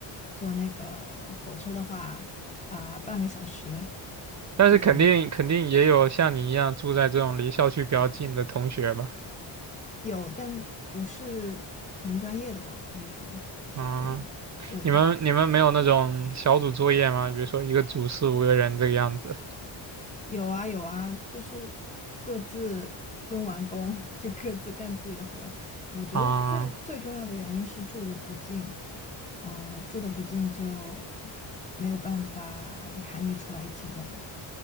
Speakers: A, on the left; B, on the right.
A: 坐那个火车的话啊、半个小时。
B: 但是肯定肯定也有像你一样住在这种离校区比较近的同学吧？
A: 对，有，但不是同专业的吧？可以说，
B: 啊，
A: 嗯，对。
B: 你们你们没有那种小组作业吗？比如说一个组四五个人这个样子
A: 有啊有啊，就是各自分完工 <laughs>，就各自干自己的活。我觉得最最重要的原因是住的不近，
B: 啊？
A: 啊、住的不近就没有办法喊你出来一起玩。